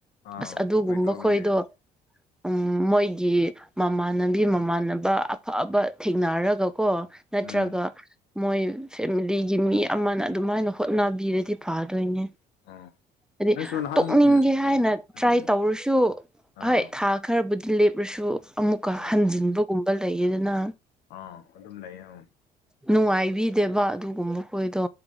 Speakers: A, on the left; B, in the centre.
A: ꯑꯥ
B: ꯑꯁ ꯑꯗꯨꯒꯨꯝꯕ
A: ꯑꯗꯨꯃꯥꯏꯅ ꯇꯧꯕꯅꯦ
B: ꯈꯣꯏꯗꯣ ꯎꯝ ꯃꯣꯏꯒꯤ ꯃꯃꯥꯟꯅꯕꯤ ꯃꯝ ꯃꯃꯥꯟꯅꯕ ꯑꯐꯕ ꯊꯦꯡꯅꯔꯒꯀꯣ ꯅꯠꯇ꯭ꯔꯒ
A: ꯎꯝ
B: ꯃꯣꯏ ꯐꯦꯃꯤꯂꯤꯒꯤ ꯃꯤ ꯑꯃꯅ ꯑꯗꯨꯃꯥꯏꯅ ꯍꯣꯠꯅꯕꯤꯔꯗꯤ ꯐꯗꯣꯏꯅꯦ
A: ꯑꯥ
B: ꯍꯥꯏꯗꯤ
A: ꯑꯩꯁꯨ ꯅꯍꯥꯟ
B: ꯇꯣꯛꯅꯤꯡꯒꯦ
A: ꯎꯝ
B: ꯍꯥꯏꯅ
A: ꯎꯝ ꯎꯝ
B: ꯇ꯭ꯔꯥꯏ ꯇꯧꯔꯁꯨ
A: ꯑꯥ
B: ꯍꯣꯏ ꯊꯥ ꯈꯔꯕꯨꯗꯤ ꯂꯦꯞꯂꯁꯨ ꯑꯃꯨꯛꯀ
A: ꯑꯥ
B: ꯍꯟꯖꯤꯟꯕꯒꯨꯝꯕ ꯂꯩꯌꯦꯗꯅ
A: ꯑꯥ ꯑꯗꯨꯝ ꯂꯩꯌꯦ ꯑꯪ
B: ꯅꯨꯡꯉꯥꯏꯕꯤꯗꯦꯕ ꯑꯗꯨꯒꯨꯝꯕ ꯈꯣꯏꯗꯣ